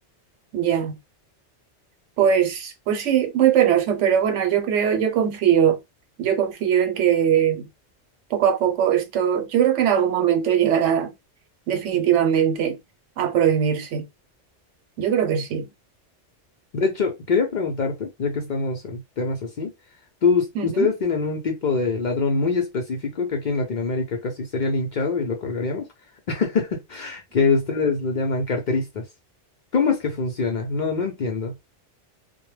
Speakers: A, on the right; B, on the left.
A: ya. Pues, pues sí, muy penoso, pero bueno, yo creo, yo confío, yo confío en que poco a poco esto, yo creo que en algún momento llegará definitivamente a prohibirse. Yo creo que sí.
B: De hecho, quería preguntarte, ya que estamos en temas así, ¿tus-
A: Ujú.
B: ustedes tienen un tipo de ladrón muy específico que aquí en Latinoamérica casi sería linchado y lo colgaríamos, <laughs> que ustedes lo llaman carteristas. ¿Cómo es que funciona? No, no entiendo.